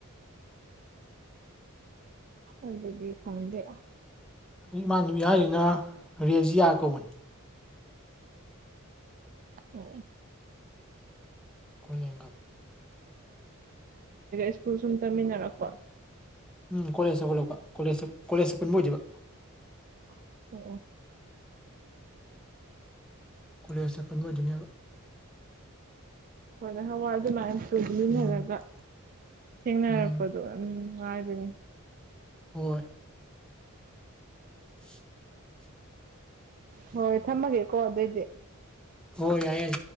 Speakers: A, on the right; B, in the centre.
A: ꯑꯗꯨꯗꯒꯤ ꯈꯪꯗꯦ
B: ꯑꯗꯨ ꯏꯃꯥꯟꯅꯕꯤ ꯍꯥꯏꯔꯤꯅ ꯔꯦꯖꯤꯌꯥ ꯀꯧꯕꯅꯤ
A: ꯑꯣꯝ
B: ꯀꯣꯏꯂꯒ
A: ꯁ꯭ꯀꯨꯜ ꯁꯨꯝ ꯇꯝꯃꯤꯟꯅꯔꯛꯄꯣ
B: ꯎꯝ ꯀꯂꯦꯖ ꯁꯒ ꯂꯄ ꯀꯦꯖ ꯀꯂꯦꯖ ꯁ ꯄꯨꯟꯕꯖꯕ
A: ꯑꯣ ꯑꯣ
B: ꯀꯂꯁꯄꯟꯕꯖꯅꯤꯒ
A: ꯍꯣꯏꯅ ꯍꯋꯥꯏꯗꯨ ꯃꯌꯥꯝ ꯁꯣꯏꯃꯤꯟꯅꯔꯒ
B: ꯎꯝ
A: ꯊꯦꯡꯅꯔꯛꯄꯗꯣ
B: ꯎꯝ
A: ꯑꯗꯨꯝ ꯍꯥꯏꯗꯅꯦ
B: ꯍꯣꯏ <unintelligible>
A: ꯍꯣꯏ ꯊꯝꯃꯒꯦꯀꯣ ꯑꯗꯨꯑꯣꯏꯗꯤ
B: ꯍ ꯌꯥꯏ